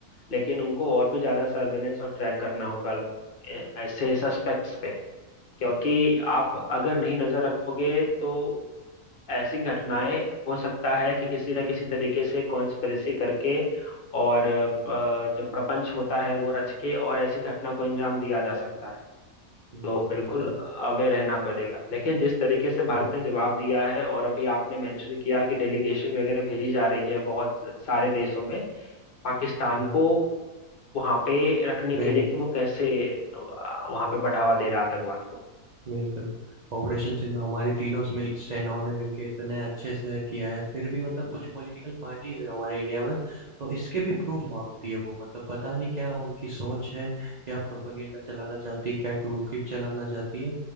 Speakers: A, on the left; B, on the right.
A: लेकिन उनको और भी ज्यादा सर्वेलेंस और ट्रैक करना होगा ए- ऐसे सस्पेक्ट्स पे क्योंकि आप अगर नहीं नजर रखोगे तो ऐसी घटनाएं हो सकता है कि किसी न किसी तरीके से कॉन्स्पिरेसी करके और अ, जो प्रपंच होता है वो रच के और ऐसी घटना को अंजाम दिया जा सकता है
B: बिल्कुल
A: तो बिल्कुल
B: बिल्कुल
A: अवेयर रहना पड़ेगा लेकिन जिस तरीके से
B: हाँ,
A: भारत ने जवाब दिया है और अभी आपने मेंशन किया कि डेलीगेशन वगैरह भेजी जा रही है बहुत सारे देशों में पाकिस्तान
B: हाँ,
A: को वहां पे रखने
B: बेन
A: के लिए कि वो कैसे अ, वहां पे बढ़ावा दे रहा है आतंकवाद को
B: बिल्कुल ऑपरेशन सिंधु हमारी तीनों मिल सेनाओं ने मिलकर इतने अच्छे से किया है फिर भी मतलब कुछ पॉलिटिकल पार्टीज है हमारे इंडिया में तो इसके भी प्रूफ मांगती है वो मतलब पता नहीं क्या उनकी सोच है क्या प्रोपेगेंडा चलाना चाहती है क्या टूल किट चलाना चाहती है